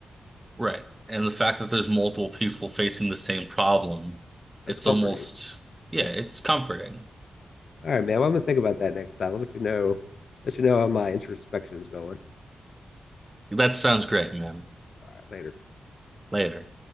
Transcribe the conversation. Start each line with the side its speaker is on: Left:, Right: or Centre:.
Right: Right. And the fact that there's multiple people facing the same problem,
Left: That's
Right: it's
Left: comforting.
Right: almost, yeah,
Left: Yeah, it's,
Right: it's comforting.
Left: all right, man. Well, I'm gonna think about that next time. I'll let you know, let you know how my introspection's going.
Right: That sounds great, man.
Left: All right, later.
Right: Later.